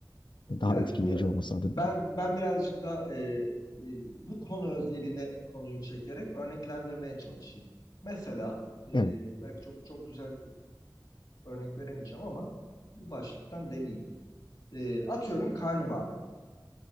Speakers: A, on the left; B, on the left.
A: E, Daha
B: Ya
A: etkileyici
B: şimdi
A: olması
B: ben
A: adına.
B: ben birazcık da e, e, bu konu özeline konuyu çekerek örneklendirmeye çalışayım. Mesela e,
A: Evet.
B: belki çok çok güzel örnek veremeyeceğim ama bu başlıktan deneyeyim. E, atıyorum karnım ağrıyor.